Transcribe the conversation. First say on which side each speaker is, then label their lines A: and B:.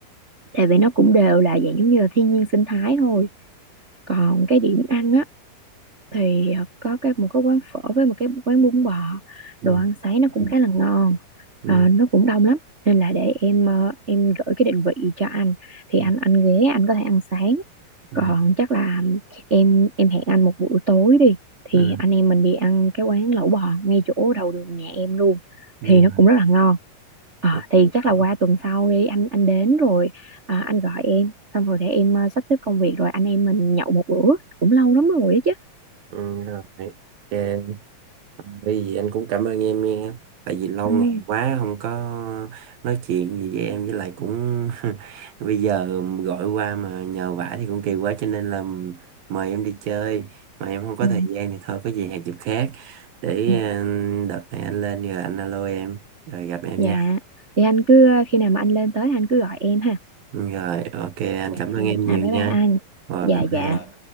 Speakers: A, on the right; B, on the right.
A: tại vì nó cũng đều là dạng giống như là thiên nhiên sinh thái thôi còn cái điểm ăn á thì ờ, có cái một cái quán phở với một cái quán bún bò
B: ừ,
A: đồ ăn sáng nó cũng khá là ngon
B: ừ,
A: Ờ, nó cũng đông lắm nên là để em ờ, em gửi cái định vị cho anh thì
B: ừ,
A: anh anh ghé anh có thể ăn sáng
B: ừ.
A: còn chắc là em em hẹn anh một buổi tối đi thì
B: ừ.
A: anh em mình đi ăn cái quán lẩu bò ngay chỗ đầu đường nhà em luôn
B: Yeah.
A: thì nó cũng rất là ngon Ờ,
B: ok.
A: thì chắc là qua tuần sau đi anh anh đến rồi à, anh gọi em xong rồi để em ờ, sắp xếp công việc rồi anh em mình nhậu một bữa cũng lâu lắm rồi á chứ
B: Ừ, rồi. Ok. Bởi vì anh cũng cảm ơn em nha. Tại vì lâu
A: Ừ,
B: ngày quá không có nói chuyện gì với em với lại cũng <laughs> bây giờ gọi qua mà nhờ vả thì cũng kỳ quá cho nên là mời em đi chơi mà em không có
A: ừ,
B: thời gian thì thôi có gì hẹn dịp khác để
A: ừ.
B: ờ, đợt này anh lên rồi anh alo em rồi gặp em
A: Dạ,
B: nha.
A: thì anh cứ khi nào mà anh lên tới anh cứ gọi em ha.
B: Rồi ok anh
A: Dạ,
B: cảm ơn
A: dạ,
B: em nhiều
A: bye
B: nha.
A: bye anh.
B: Rồi
A: Dạ,
B: bye bye.
A: dạ.